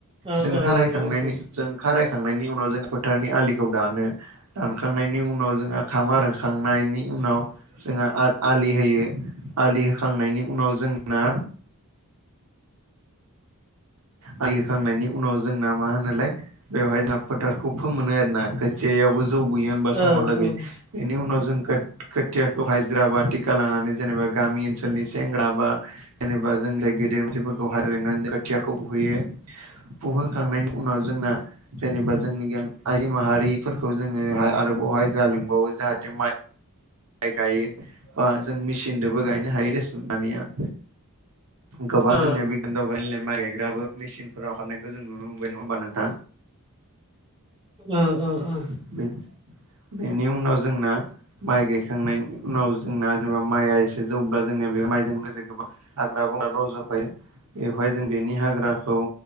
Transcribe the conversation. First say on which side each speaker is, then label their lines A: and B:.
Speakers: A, on the right; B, on the right.
A: ओ
B: जों
A: ओ
B: खारायखांनायनि
A: नंगौ नंगौ ओ
B: जों खारायखांनायनि उनाव जों फोथारनि आलिखौ दानो। दानखांनायनि उनाव जोंहा खामार होखांनायनि उनाव जोंहा आ-आलि होयो आलि होखांनायनि उनाव जोंना आलि खोखांनायनि उनाव जोंना मा होनोलाय बेवहाय जोंहा फोथारखौ फोमोनो आरोना खोथियाबो जौबोयो होनबा समहा
A: ओ
B: लागै
A: ओ
B: बेनि उनाव जों खोथ-खोथियाखौ हाइजिर बा टिका लानानै जेनेबा गामि ओनसोलनि सेंग्रा बा जेनेबा जों जाय गेदेर मानसिफोरखौहाय लिंनानै जों खोथियाखौ फुहैयो। फुहोखांनायनि उनाव जोंना जेनेबा जोंनि गा आइ माहारिफोरखौ जोङो आ-आरोबावहाय जा लेंबावो जाहाथे माइ माइ गायो बा जों मेसिनदोबो गायनो हायो रेसन दानिया। गोबां
A: ओ
B: जोंनिया बिगियान <unintelligible> माइ गायग्राबो मेसिनफोरा ओंखारनायखौ जों नुनो मोनबाय नङा होमबा नोंथां?
A: ओ ओ ओ।
B: उम बेनि उनाव जोंना माइ गाय खांनायनि उनाव जोंना जेनेबा माइआ एसे जौब्ला जोंना बे माइजों लोगोसे गोबां हाग्रा बंग्रा रजफायो बेवहाय जों बेनि हाग्राखौ